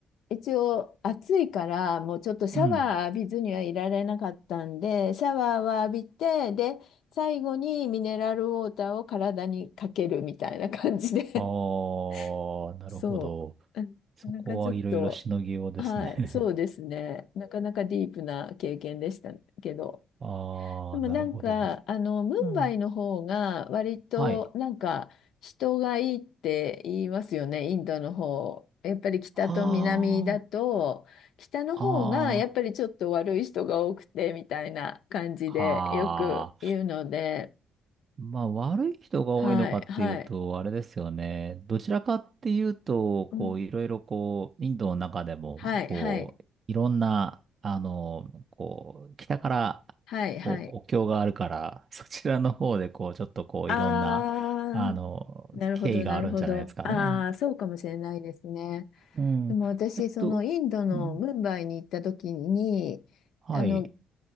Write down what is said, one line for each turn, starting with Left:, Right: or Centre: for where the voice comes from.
Left: 一応暑いからもうちょっとシャワー浴びずにはいられなかったんでシャワーは浴びてで最後にミネラルウォーターを体にかけるみたいな感じで
Right: うん。あ
Left: <laughs>
Right: あ、なるほど。
Left: そうなかなかちょっとはいそうですねなかなかディープな経験でしたけど
Right: そこはいろいろしのぎようですね。<laughs> ああ、
Left: でもなんか、
Right: なるほどです。
Left: あの、ムンバイの方が割となんか人がいいって言いますよね、
Right: うん。はい。
Left: インドの方。やっぱり北と南だと、
Right: あ
Left: 北の方がやっぱりちょっと悪い人が多くてみたいな感じでよく言うので、
Right: あ、ああ、ああ。まあ、悪い人が多いのかっていうと、
Left: はい、はい、
Right: あれですよね。どちらかっていうと、こう、
Left: うん、
Right: いろいろこう、インドの中でも、
Left: はい、
Right: こう、
Left: はい、
Right: いろんな、あの、こう、北から、
Left: はい、はい。
Right: こう、国境があるから、<laughs> そちらの方で、こう、ちょっとこう、
Left: あー、
Right: いろんな、あの、
Left: なるほど、
Right: 経緯があるんじゃないですかね。
Left: なるほど。あー、そうかもしれないですね。
Right: うん。
Left: でも私、
Right: えっと、
Left: そのインドのムンバイに行った時に、
Right: うん、はい、
Left: あの、